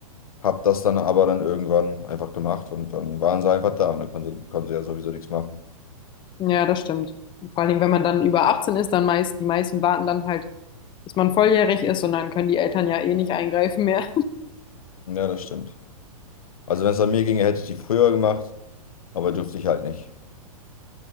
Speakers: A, on the left (about 75°); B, on the left (about 25°).
A: hab das dann aber dann irgendwann einfach gemacht und dann waren sie einfach da und dann konnten, konnten sie ja sowieso nichts machen.
B: Ja, das stimmt. Vor allen Dingen, wenn man dann über 18 ist, dann meist, die meisten warten dann halt, bis man volljährig ist und dann können die Eltern ja eh nicht eingreifen mehr.
A: Ja, das stimmt. Also wenn es an mir ginge, hätte ich die früher gemacht, aber durfte ich halt nicht.